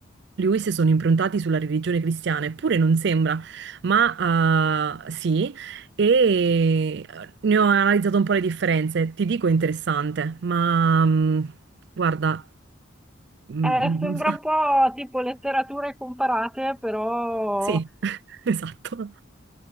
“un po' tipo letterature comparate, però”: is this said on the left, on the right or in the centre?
Centre